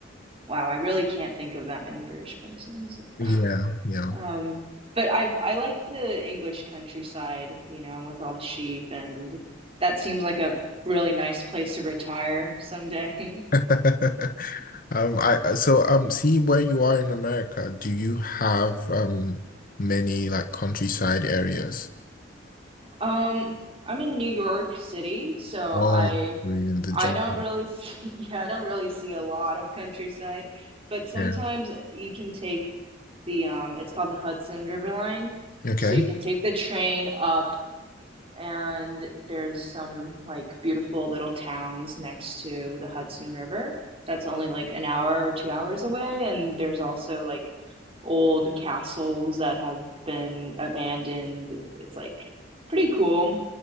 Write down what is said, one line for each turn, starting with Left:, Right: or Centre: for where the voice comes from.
Right: wow, I really can't think of that many British places.
Left: Yeah, yeah.
Right: Um but I I like the English countryside, you know, with all the sheep and that seems like a really nice place to retire someday. <laughs>
Left: <laughs> Um, I I- so um, see where you are in America. Do you have um many like countryside areas?
Right: Um, I'm in New York City, so
Left: Oh,
Right: I
Left: you're in the
Right: I
Left: jungle.
Right: don't really see, <laughs> yeah, I don't really see a lot of countryside, but sometimes
Left: <laughs> Yeah.
Right: you can take the um it's called the Hudson River Line,
Left: Okay.
Right: so you can take the train up and there's some like beautiful little towns next to the Hudson River. That's only like an hour or two hours away, and there's also like old castles that have been abandoned. It's like pretty cool